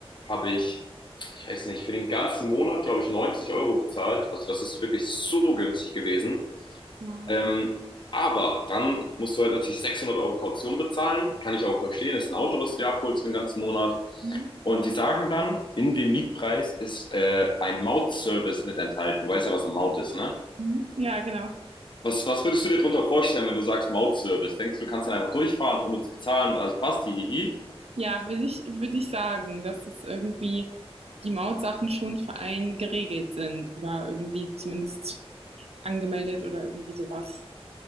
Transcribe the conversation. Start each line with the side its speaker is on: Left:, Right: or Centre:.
Left: habe ich, ich weiß nicht, für den ganzen Monat, glaube ich, 90 Euro bezahlt. Also das ist wirklich so günstig gewesen.
Right: Wow.
Left: Ähm, aber dann musst du halt natürlich 600 Euro Kaution bezahlen. Kann ich auch verstehen. Das Ist ein Auto, was du dir abholst für den ganzen Monat.
Right: Mhm,
Left: Und die sagen dann, in dem Mietpreis ist äh, ein Mautservice mit enthalten. Du weißt ja, was eine Maut ist, ne?
Right: mhm. Ja, genau.
Left: Was, was würdest du dir darunter vorstellen, wenn du sagst Mautservice? Denkst du, du kannst dann einfach durchfahren, ohne zu bezahlen und alles passt, hihihi? Hi, hi.
Right: Ja, würde ich würde ich sagen, dass es irgendwie die Mautsachen schon für einen geregelt sind oder irgendwie zumindest angemeldet oder irgendwie sowas